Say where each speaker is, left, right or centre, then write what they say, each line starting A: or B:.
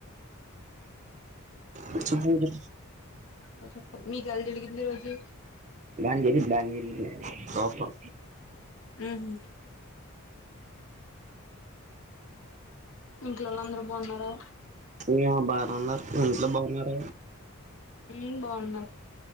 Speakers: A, on the right; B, on the left.
A: వచ్చి పూజే
B: అ చొప్పాలి మీకెలా జరిగింది ఈ రోజు
A: బానే జరిగింది బానే జరిగింది ఫా ప
B: ఉ హు ఇంట్లోళ్ళు అందరు బాగున్నారా
A: మీ ఆ బాగానే ఉన్నారు మీ ఇంట్లో బావున్నారా.
B: ఊ బాగున్నారు